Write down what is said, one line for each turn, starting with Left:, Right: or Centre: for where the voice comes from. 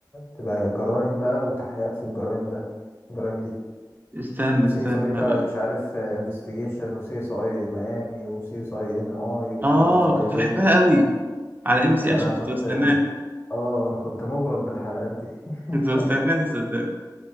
Left: تبقى جرائم بقى وتحقيقات في الجرائم ده الجرائم دي
Right: استنى
Left: سي
Right: استنى
Left: اس اي بقى
Right: بقى
Left: مش عارف انفستيجيشن وسي اس اي ميامي وسي اس اي ان اي وسي
Right: اه
Left: اس اي
Right: كنت
Left: فيجاس
Right: بحبها قوي على ام سي
Left: انا
Right: اكشن
Left: كنت
Right: كنت بستناها
Left: اه انا كنت مغرم بالحلقات دي <laughs>
Right: كنت بستناها صدقني